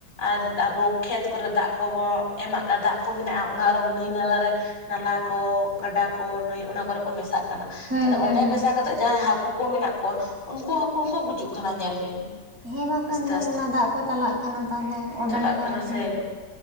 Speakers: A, on the left; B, on the right.
A: ᱟᱨ ᱟᱵᱚ ᱠᱷᱮᱛ ᱠᱚᱨᱮ ᱫᱟᱜ ᱠᱚᱵᱚᱱ ᱮᱢᱟᱜ ᱠᱟ ᱫᱟᱜ ᱠᱚ ᱢᱮᱱᱟᱜᱼᱟ ᱚᱱᱟ ᱟᱨᱚ ᱱᱟᱹᱭ ᱱᱟᱞᱟ ᱨᱮ ᱱᱟᱞᱟ ᱠᱚ ᱜᱟᱰᱟ ᱠᱚ ᱱᱟᱹᱭ ᱚᱱᱟ ᱠᱚᱨᱮ ᱠᱚ ᱢᱮᱥᱟᱜ ᱛᱟᱱᱟ᱾
B: ᱦᱩᱸ
A: ᱛᱟᱦᱚᱞᱮ
B: ᱦᱩᱸ
A: ᱚᱸᱰᱮ
B: ᱦᱩᱸ
A: ᱢᱮᱥᱟ ᱠᱟᱛᱮᱜ ᱡᱟᱦᱟ ᱦᱟᱹᱠᱩ ᱠᱚ ᱢᱮᱱᱟᱜ ᱠᱚᱣᱟ ᱩᱱᱠᱩ ᱦᱟᱹᱠᱩ ᱦᱚᱸᱠᱚ ᱜᱩᱡᱩᱜ ᱠᱟᱱᱟ ᱧᱮᱞ ᱵᱮᱱ᱾
B: ᱦᱮᱸ ᱵᱟᱠᱷᱟᱱ
A: ᱟᱥᱛᱮ
B: ᱫᱚ
A: ᱟᱥᱛᱮ
B: ᱚᱱᱟ ᱫᱟᱜ ᱠᱚ ᱪᱟᱞᱟᱜ ᱠᱟᱱᱟ ᱛᱟᱦᱚᱞᱮ ᱚᱸᱰᱮᱱ
A: ᱪᱟᱞᱟᱜ
B: ᱠᱚ
A: ᱠᱟᱱᱟ
B: ᱦᱟᱹᱠᱩ
A: ᱥᱮ
B: <unintelligible>